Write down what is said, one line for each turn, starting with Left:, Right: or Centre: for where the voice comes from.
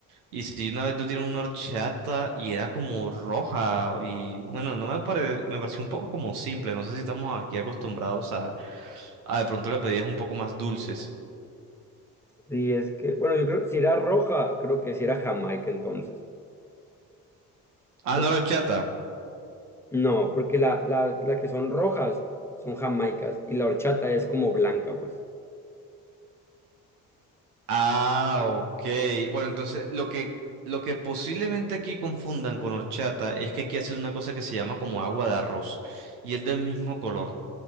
Right: Y sí, una vez no tienen una horchata y era como roja. Y bueno, no me pare- me pareció un poco como simple. No sé si estamos aquí acostumbrados a, a de pronto las bebidas un poco más dulces.
Centre: Sí, es que, bueno, yo creo si era roja, creo que si era Jamaica entonces.
Right: Ah,
Centre: O-
Right: no era horchata.
Centre: No, porque la, la, las que son rojas son jamaicas y la horchata es como blanca, pues.
Right: Ah, ok. Bueno, entonces lo que, lo que posiblemente aquí confundan con horchata es que aquí hacen una cosa que se llama como agua de arroz y es del mismo color.